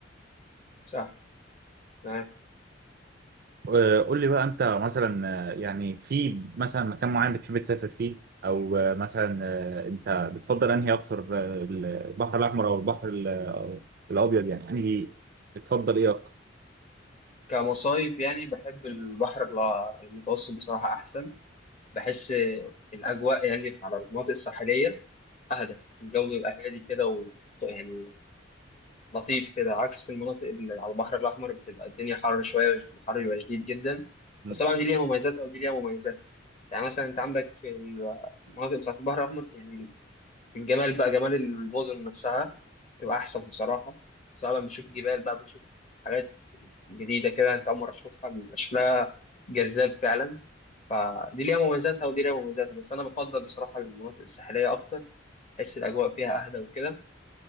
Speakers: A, on the left; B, on the right.
A: صح تمام
B: آه، قول لي بقى انت مثلا آه، يعني في مثلا مكان معين بتحب تسافر فيه او آه، مثلا آه، انت بتفضل انهي اكتر آه، البحر الاحمر او البحر ال- آه، الابيض يعني انهي بتفضل ايه اكتر؟
A: كمصايف يعني بحب البحر الع- المتوسط بصراحه احسن بحس الاجواء يعني على المناطق الساحليه اهدى الجو بيبقى هادي كده و يعني لطيف كده عكس المناطق اللي على البحر الأحمر بتبقى الدنيا حر شوية الحر بيبقى شديد جدا
B: مم.
A: بس طبعا دي ليها مميزاتها ودي ليها مميزات يعني مثلا أنت عندك في المناطق بتاعت البحر الأحمر يعني الجمال بقى جمال المدن نفسها بتبقى أحسن بصراحة سواء بقى بتشوف جبال بقى بتشوف حاجات جديدة كده أنت أول مرة تشوفها بيبقى شكلها جذاب فعلا فدي ليها مميزاتها ودي ليها مميزاتها بس أنا بفضل بصراحة المناطق الساحلية أكتر بحس الأجواء فيها أهدى وكده